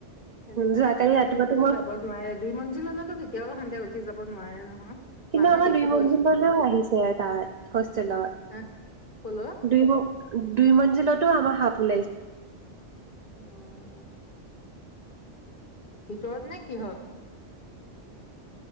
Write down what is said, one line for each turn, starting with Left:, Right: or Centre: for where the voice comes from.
Left: তেনেকুৱাই
Right: যোৱাকালি
Left: ইমান চিৰি
Right: ৰাতিপুৱাতো
Left: ওপৰলৈ
Right: মই
Left: যাব নোৱাৰে দুই মঞ্জিলৈলেতো কেতিয়াও সিহঁতে উঠি যাব নোৱাৰে নহয়।
Right: কিন্তু
Left: মানুহে
Right: আমাৰ
Left: দেখিবইচোন
Right: দুই মঞ্জিলৈলেও
Left: তেনেকে
Right: আহিছে এটা হোষ্টেলত
Left: হা কলৈ
Right: দুই দুই মঞ্জিলতো আমাৰ সাপ ওলাইছে।
Left: উম। ভিতৰতনে কিহত?